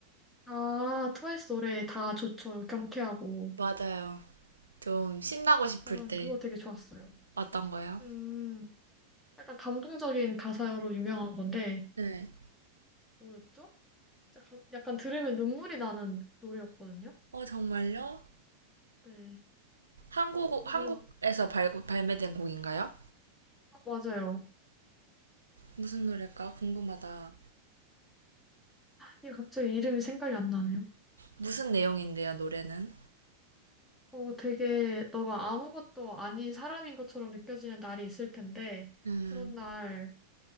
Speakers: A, in the centre; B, on the right.
A: 아, 트와이스 노래 다 좋죠. 경쾌하고.
B: 맞아요. 좀 신나고 싶을
A: 저는
B: 때.
A: 그거 되게 좋았어요.
B: 어떤 거요?
A: 음. 약간 감동적인 가사로 유명한 건데,
B: 네.
A: 뭐였죠? 약간 약간 들으면 눈물이 나는 노래였거든요.
B: 어, 정말요?
A: 네.
B: 한국,
A: 근데
B: 한국에서
A: 뭔가,
B: 발, 발매된 곡인가요?
A: 아, 맞아요.
B: 무슨 노래일까? 궁금하다.
A: 이게 갑자기 이름이 생각이 안 나네요.
B: 무슨 내용인데요, 노래는?
A: 어, 되게 너가 아무것도 아닌 사람인 것처럼 느껴지는 날이 있을 텐데,
B: 음,
A: 그런 날